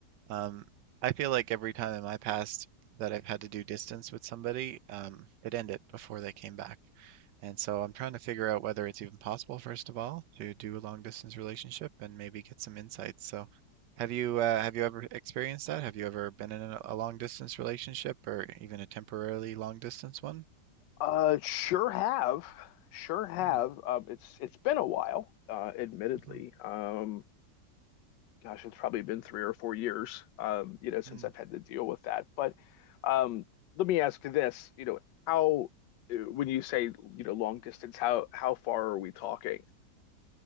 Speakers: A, on the right; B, on the left.
A: Um, I feel like every time in my past that I've had to do distance with somebody, um, it ended before they came back. And so I'm trying to figure out whether it's even possible, first of all, to do a long distance relationship and maybe get some insights. So have you uh, have you ever experienced that? Have you ever been in a, a long distance relationship or even a temporarily long distance one?
B: Uh, sure have, sure have.
A: Hmm.
B: Um, it's it's been a while, uh, admittedly.
A: hmm,
B: Um, gosh, it's probably been three or four years, um, you know, since
A: hmm.
B: I've had to deal with that. But um, let me ask you this, you know, how, uh, when you say, you know, long distance, how how far are we talking?